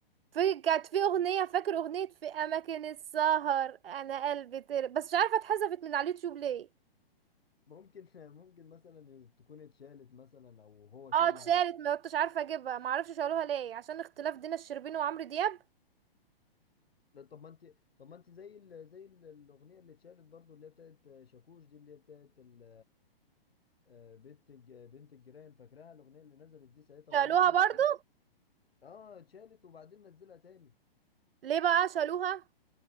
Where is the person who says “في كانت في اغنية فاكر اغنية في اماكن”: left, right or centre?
Right